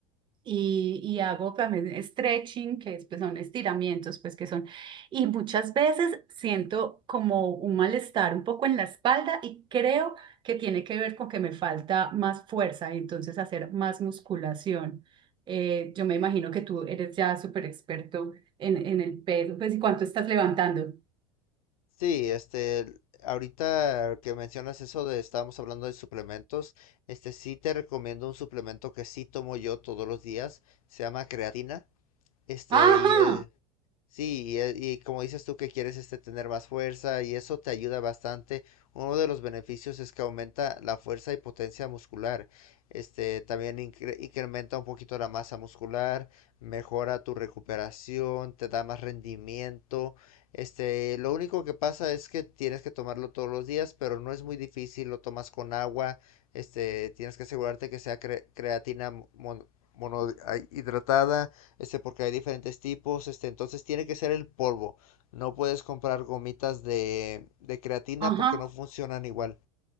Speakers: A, on the right; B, on the left.
A: y, y hago también stretching, que es, pues, son estiramientos, pues que son, y muchas veces siento como un malestar un poco en la espalda y creo que tiene que ver con que me falta más fuerza y entonces hacer más musculación. Eh, yo me imagino que tú eres ya súper experto en, en el peso, pues, ¿y cuánto estás levantando?
B: Sí, este, el- ahorita que mencionas eso de estábamos hablando de suplementos, este sí te recomiendo un suplemento que sí tomo yo todos los días, se llama creatina, este,
A: Ajá,
B: y eh, Sí, y, eh, y como dices tú que quieres este tener más fuerza y eso te ayuda bastante. Uno de los beneficios es que aumenta la fuerza y potencia muscular. Este también incre- incrementa un poquito la masa muscular, mejora tu recuperación, te da más rendimiento. Este, lo único que pasa es que tienes que tomarlo todos los días, pero no es muy difícil, lo tomas con agua. Este, tienes que asegurarte que sea cre- creatina mon- monohidratada este, porque hay diferentes tipos, este, entonces tiene que ser el polvo. No puedes comprar gomitas de, de creatina
A: ajá.
B: porque no funcionan igual.